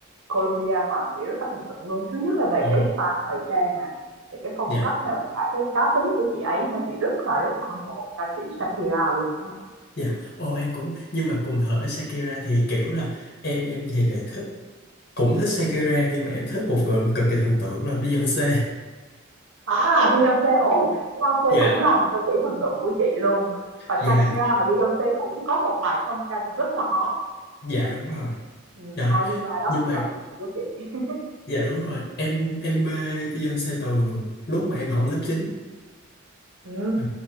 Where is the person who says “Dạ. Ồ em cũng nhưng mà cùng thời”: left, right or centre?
Left